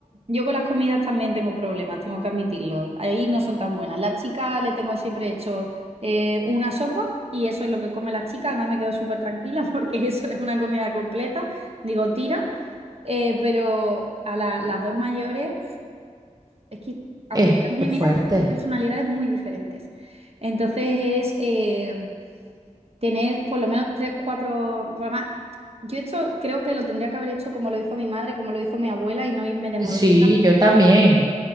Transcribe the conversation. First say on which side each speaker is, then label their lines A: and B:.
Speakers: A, on the right; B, on the right.
A: Yo con las comidas también tengo problemas, tengo que admitirlo. Ahí no son tan buenas. Las chicas le tengo siempre hecho eh, una sopa y eso es lo que come las chicas. Además me quedo súper tranquila <laughs> porque eso es una comida completa. Digo, tira. Eh, pero a la- las dos mayores, es que aunque
B: Es,
A: están gemelas,
B: es fuerte.
A: tienen personalidades muy diferentes. Entonces es... eh, tener por lo menos tres, cuatro, por lo más, yo esto creo que lo tendría que haber hecho como lo hizo mi madre, como lo hizo mi abuela y no irme de moderna,
B: Sí, yo también.